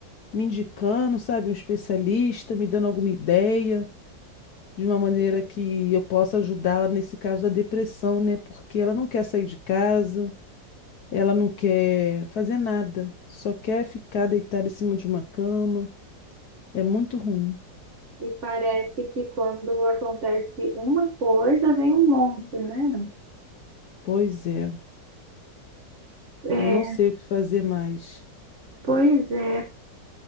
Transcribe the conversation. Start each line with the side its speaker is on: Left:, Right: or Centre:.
Left: me indicando, sabe, um especialista, me dando alguma ideia, de uma maneira que eu possa ajudá-la nesse caso da depressão, né? Porque ela não quer sair de casa, ela não quer fazer nada, só quer ficar deitada em cima de uma cama. É muito ruim.
Right: e parece que quando acontece uma coisa, vem um monte, né?
Left: Pois é.
Right: É,
Left: Eu não sei o que fazer mais.
Right: pois é,